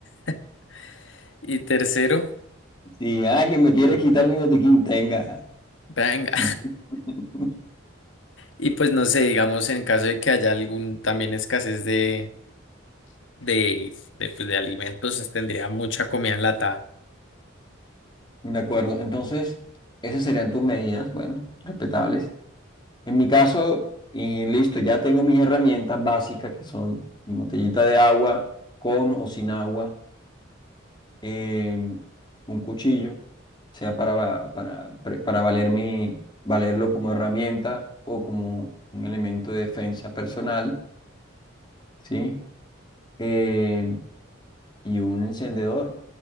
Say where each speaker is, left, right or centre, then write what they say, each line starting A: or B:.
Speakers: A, on the left (about 65°); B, on the left (about 20°).
A: <laughs> Y tercero,
B: Sí, ah, que me quieres
A: Sí.
B: quitar mi botiquín, tenga.
A: venga.
B: <laughs>
A: Y pues no sé, digamos, en caso de que haya algún también escasez de, de, de, pues, de alimentos, tendría mucha comida enlatada.
B: De acuerdo, entonces esas serían tus medidas, bueno, respetables. En mi caso, y listo, ya tengo mis herramientas básicas que son mi botellita de agua, con o sin agua, em, un cuchillo, sea para, va- para, pre- para valer mi- valerlo como herramienta o como un elemento de defensa personal, ¿sí? Em, y un encendedor,